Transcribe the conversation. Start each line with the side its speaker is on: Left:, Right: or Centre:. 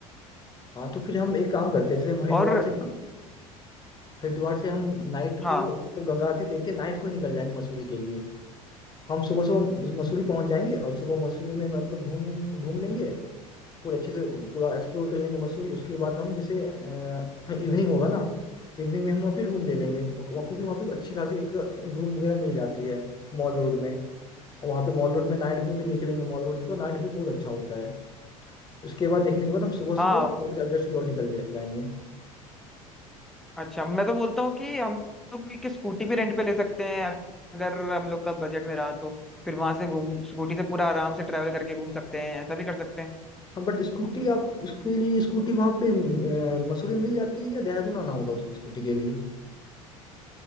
Left: हाँ तो फिर हम एक काम करते हैं जैसे हम हरिद्वार
Centre: और
Left: से ना हरिद्वार से हम नाइट
Centre: हाँ
Left: को मतलब गंगा आरती देख के नाइट को ही निकल जाएंगे मसूरी के लिए हम सुबह सुबह मसूरी पहुंच जाएंगे और सुबह मसूरी में मतलब घूम घूम घूम लेंगे पूरे अच्छे से पूरा एक्सप्लोर कर लेंगे मसूरी उसके बाद हम जैसे इवनिंग होगा ना इवनिंग में हम वहाँ पे रूम ले लेंगे वहाँ- वहाँ- क्योंकि वहाँ पे अच्छी खासी एक रूम वगैरह मिल जाती है मॉल रोड में और वहाँ पे मॉल रोड में नाइट व्यू भी देख लेंगे मॉल रोड का नाइट व्यू बहुत अच्छा होता है उसके बाद देखने के बाद हम सुबह
Centre: हाँ
Left: सुबह लॉर्ड एवरेस्ट की ओर निकल जा- जाएंगे
Centre: अच्छा मैं तो बोलता हूँ कि हम लोग एक स्कूटी भी रेंट पे ले सकते हैं अगर हम लोग का बजट में रहा तो फिर वहां से घूम स्कूटी से पूरा आराम से ट्रैवल करके घूम सकते हैं ऐसा भी कर सकते हैं
Left: हम बट स्कूटी आप उसके लिए स्कूटी वहां पे अ, मसूरी में मिल जाती है या देहरादून आना होगा उस स्कूटी के लिए